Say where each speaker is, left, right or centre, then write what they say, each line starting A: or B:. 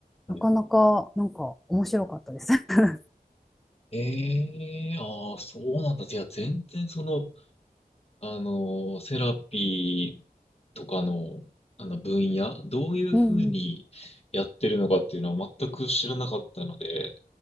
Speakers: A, on the left; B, in the centre.
A: はい。
B: なかなかなんか面白かったです <laughs>。
A: ええああ、そうなんだ。じゃあ全然その、あの、セラピーとかの、あの分野、どういうふうにやってるのかっていうのは全く知らなかったので、
B: うんうん